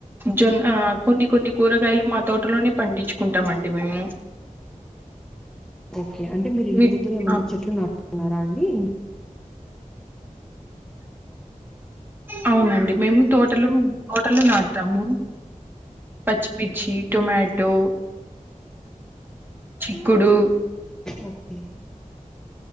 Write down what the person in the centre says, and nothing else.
ఓకే. అంటే మీరు ఇంటి
దగ్గర ఏమన్నా
చెట్లు నాటుతున్నారా అండి ఏంటి
ఓకే